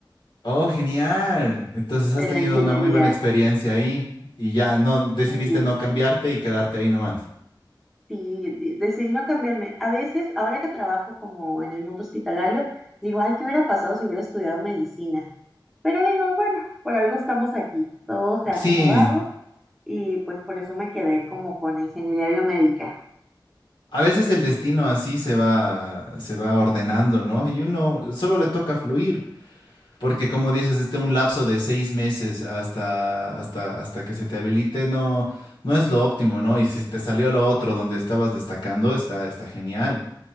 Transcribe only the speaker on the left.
Oh, genial. Entonces has
tenido
una muy buena experiencia ahí y ya no decidiste
no cambiarte y quedarte ahí nomás.
Sí,
A veces el destino así se va, se va ordenando, ¿no? Y uno solo le toca fluir, porque como dices, este un lapso de seis meses hasta, hasta, hasta que se te habilite no, no es lo óptimo, ¿no? Y si te salió lo otro donde estabas destacando, está, está genial.